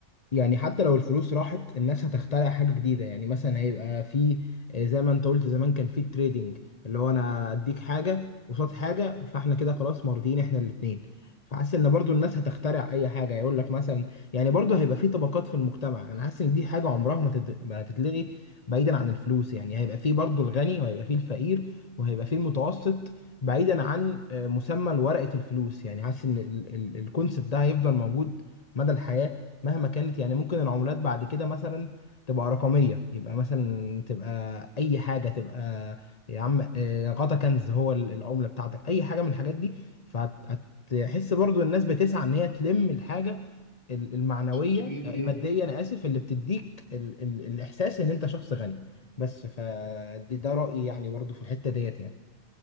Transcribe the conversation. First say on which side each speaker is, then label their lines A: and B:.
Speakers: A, on the left; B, on the left.
A: يعني حتى لو الفلوس راحت الناس هتخترع حاجة جديدة يعني مثلا هيبقى في آه، زي ما انت قلت زمان كان في التريدنج اللي هو انا اديك حاجة قصاد حاجة فاحنا كده خلاص مرضيين احنا الاتنين فحاسس ان برضو الناس هتخترع اي حاجة يقول لك مثلا يعني برضو هيبقى في طبقات في المجتمع انا حاسس ان دي حاجة عمرها ما تت- ما هتتلغي بعيدا عن الفلوس يعني هيبقى في برضو الغني وهيبقى في الفقير وهيبقى في المتوسط بعيدا عن آه، مسمى ورقة الفلوس يعني حاسس ان الكونسبت ده هيفضل موجود مدى الحياة مهما كانت يعني ممكن العملات بعد كده مثلا تبقى رقمية يبقى مثلا تبقى أي حاجة تبقى يا عم آه، غطا كنز هو ال- العملة بتاعتك أي حاجة من الحاجات دي فهتحس برضو الناس بتسعى إن هي تلم الحاجة ال- المعنوية
B: مش تجيب
A: آه،
B: بيها
A: المادية أنا آسف اللي بتديك ال ال الإحساس إن أنت شخص غني بس فده ده رأيي يعني برضو في الحتة ديت يعني